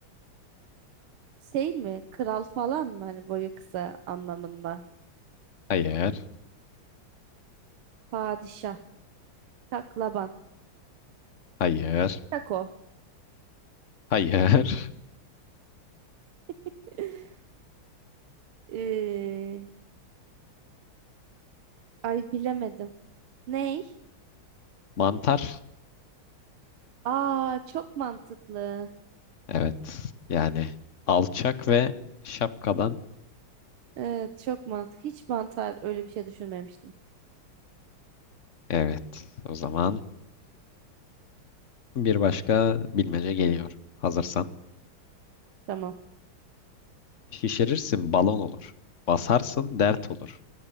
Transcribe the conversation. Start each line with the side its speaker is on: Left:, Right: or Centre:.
Right: şey mi? Kral falan mı? Hani boyu kısa anlamında.
Left: hayır,
Right: Padişah, taklaban,
Left: hayır,
Right: tako.
Left: hayır. <laughs>
Right: <laughs> Ee, ay bilemedim. Ney?
Left: Mantar.
Right: Aa çok mantıklı.
Left: Evet. Yani alçak ve şapkadan.
Right: Evet çok mantıklı. Hiç mantar öyle bir şey düşünmemiştim.
Left: Evet. O zaman bir başka bilmece geliyor. Hazırsan.
Right: Tamam.
Left: Şişirirsin balon olur. Basarsın dert olur.